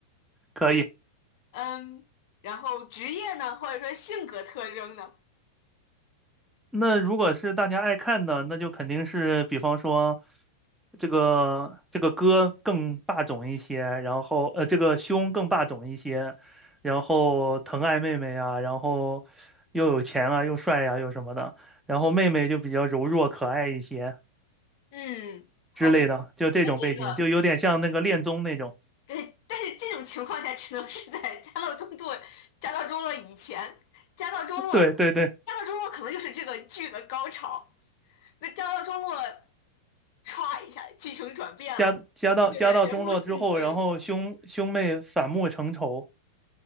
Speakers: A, in the centre; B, on the left.
A: 可以。
B: 嗯，然后职业呢，或者说性格特征呢，
A: 那如果是大家爱看的，那就肯定是，比方说这个这个哥更霸总一些，然后呃这个兄更霸总一些，然后疼爱妹妹啊，然后又有钱啊，又帅啊，又什么的，然后妹妹就比较柔弱可爱一些。
B: 嗯，OK，
A: 之类的，就这种背景，
B: 那这个。
A: 就有点像那个恋综那种。
B: 对，但是这种情况下只能是在家道中度、家道中落以前，家道中落，
A: 对对对，
B: 家道中落可能就是这个剧的高潮。那家道中落歘一下，剧情转变了，
A: 家家到家到中落之后，
B: 这个人物性格有什么？
A: 然后兄兄妹反目成仇，